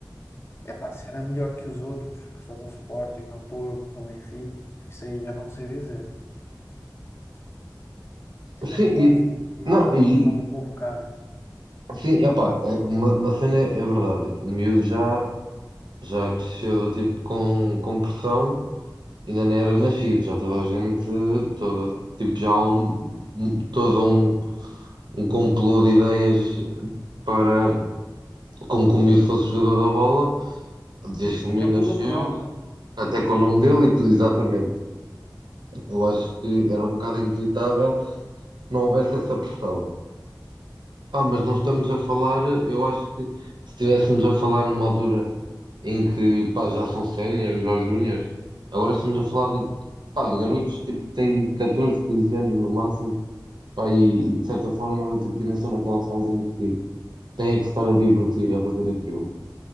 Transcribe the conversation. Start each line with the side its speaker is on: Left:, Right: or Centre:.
Left: Epá, se era melhor que os outros, que estão no Sporting, no Porto, no Benfica, isso aí já não me sei dizer. Acho
Right: Sim,
Left: que era quase
Right: e,
Left: impossível
Right: não, e,
Left: não o convocar.
Right: sim, epá, é, uma, uma cena é verdade, o miúdo já já cresceu do tipo com, com pressão, ainda não era nascido, já toda a gente, toda, tipo, já há um, um- todo um, um complô de ideias para como que o miúdo fosse jogador da bola, desde que o
Left: Até
Right: miúdo
Left: pelo
Right: nasceu,
Left: nome dele, né?
Right: até com o nome dele e tudo, exatamente. Eu acho que era um bocado inevitável que não houvesse essa pressão. Ah, mas não estamos a falar, eu acho que se estivéssemos a falar numa altura em que, pá, já são séniores ou júniores, agora estamos a falar de, pá, de garotos tipo que têm 14, 15 anos no máximo, pá, e, e de certa forma do tipo ainda estão naquela fase em que têm que se estar a divertir, a fazer aquilo.